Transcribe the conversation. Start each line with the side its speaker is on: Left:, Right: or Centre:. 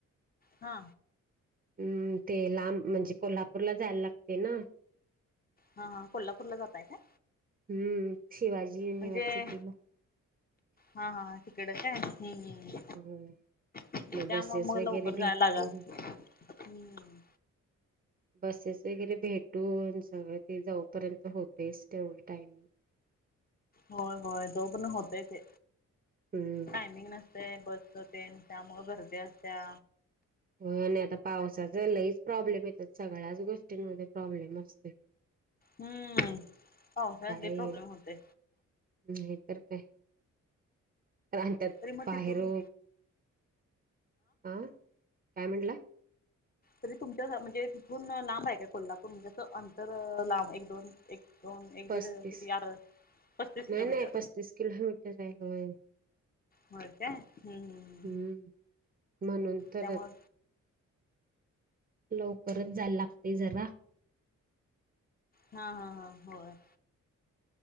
Left: हा
Right: हम्म ते लांब म्हणजे कोल्हापूरला जायला लागते ना
Left: हा हा कोल्हापूरला जाताय काय?
Right: हम्म शिवाजी युनिव्हर्सिटीला
Left: म्हणजे हा हा तिकड काय हम्म
Right: होय,
Left: हम
Right: मग
Left: त्यामुळ
Right: बसेस
Left: मग
Right: वगैरे
Left: लवकर
Right: भेटून
Left: जाया लागा हम्म
Right: बसेस वगैरे भेटून सगळं ते जाऊपर्यंत होतेच तेवढ टायमिंग
Left: होय होय तो परन होतय ते
Right: हम्म
Left: टयमिंग ना ते बसच तेन त्यामुळ गरदी असत्या
Right: होय आणि आता पावसाचा लहीच प्रॉब्लेम येतोय सगळ्याच गोष्टींमध्ये प्रॉब्लेम असतोय
Left: हम्म पावसाळ्यात
Right: काय
Left: लेय प्रॉब्लेम होतोय.
Right: नाही तर काय? आणि त्यात
Left: तरी मग
Right: बाहेर
Left: तिथून
Right: आ काय म्हटला
Left: तरी तुमच्या म्हणजे तिथून लांब आहे काय कोल्हापूर म्हणजे अस अंतर लांब एक दोन एक दोन एक
Right: पस्तीस
Left: दीड किती यार पस्तीस किलोमीटर
Right: नाही नाही पस्तीस किलोमीटर आहे होय
Left: होय काय हम्म हम् हम्
Right: हम्म म्हणून तर
Left: त्यामुळ
Right: लवकरच जायला लागतेय जरा
Left: हा हा हा होय